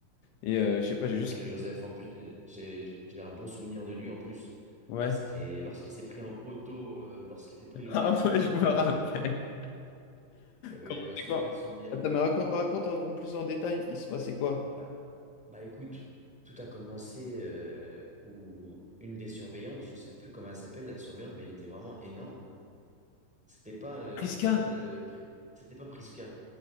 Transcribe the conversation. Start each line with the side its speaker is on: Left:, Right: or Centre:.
Left: Et euh, je sais pas, j'ai juste.
Centre: Sacré Joseph, en plus, j'ai j'ai- j'ai- j'ai un bon souvenir de lui, en plus.
Left: Ouais.
Centre: C'était
Left: <laughs>
Centre: lorsqu'il s'est pris un poteau, euh, lorsqu'il s'est pris le,
Left: Ah
Centre: le
Left: ouais,
Centre: poteau
Left: je me
Centre: de
Left: rappelle.
Centre: la cour. J'avais
Left: Comment
Centre: eu un
Left: c'est
Centre: super
Left: quoi?
Centre: souvenir.
Left: Attends, mais raconte, raconte en en plus en détail. Il se passait quoi?
Centre: Bah, bah écoute, tout a commencé euh, où une des surveillantes, je sais plus comment elle s'appelle la surveillante, mais elle était vraiment énorme. C'était pas, euh,
Left: Qu'est-ce
Centre: c'était
Left: qu'il
Centre: pas, euh, Pri- c'était pas Priska,